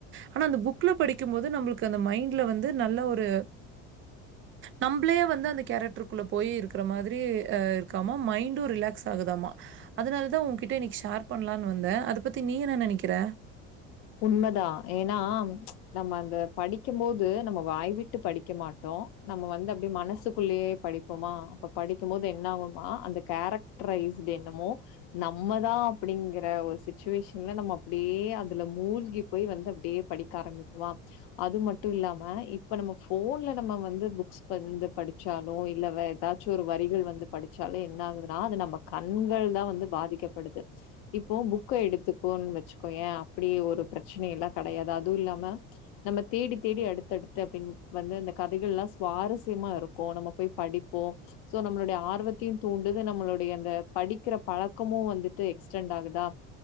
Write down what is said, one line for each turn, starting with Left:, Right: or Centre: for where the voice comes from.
Right: ஆனா அந்த புக்ல படிக்கும்போது நம்ளுக்கு அந்த மைண்ட்ல வந்து நல்ல ஒரு நம்ப்ளே வந்து அந்த கேரக்ட்ருகுள்ள போயி இருக்கற மாதிரி அ இருக்காமா மைண்டு ரிலாக்ஸ் ஆகுதாமா அதுனாலதா உங்க கிட்ட இன்னக்கி ஷேர் பண்ணலான்னு வந்தே அத பத்தி நீ என்ன நெனக்கிற
Left: உண்மதா ஏன்னா ச் நம்ம அந்த படிக்கம்போது நம்ம வாய்விட்டு படிக்க மாட்டோ நம்ம வந்து அப்டி மனசுக்குள்ளேயே படிப்போமா அப்ப படிக்கும் போது என்ன ஆகுன்னா அந்த கேரக்ட்ரைஸ்டு என்னமோ நம்மதா அப்படிங்கற ஒரு சிச்சுவேஷன்ல நம்ம அப்டியே அத அதுல மூழ்கி போய் வந்து அப்டியே படிக்க ஆரம்பிப்போமா அது மட்டு இல்லாம இப்ப நம்ம போன்ல நம்ம வந்து புக்ஸ் வந்து படிச்சாலு இல்ல வேற ஏதாச்சு ஒரு வரிகள் வந்து படிச்சாலு என்ன ஆகுதுன்னா அது நம்ம கண்கள் தா வந்து பாதிக்கப்படுது இப்போ புக்க எடுத்துப்போன்னு வச்சுக்கோயே அப்டி ஒரு பிரச்சனை எல்லா கெடையாது அதுவு இல்லாம நம்ம தேடி தேடி அடுத்தடுத்து அப்டின் வந்து அந்த கதைகள்லா சுவாரஸ்யமா இருக்கு நம்ம போய் படிப்போ ச் சோ நம்மளுடைய ஆர்வத்தையு தூண்டுது நம்மளுடைய அந்த படிக்கிற பழக்கமு வந்துட்டு எக்ஸ்டெண்ட் ஆகுதா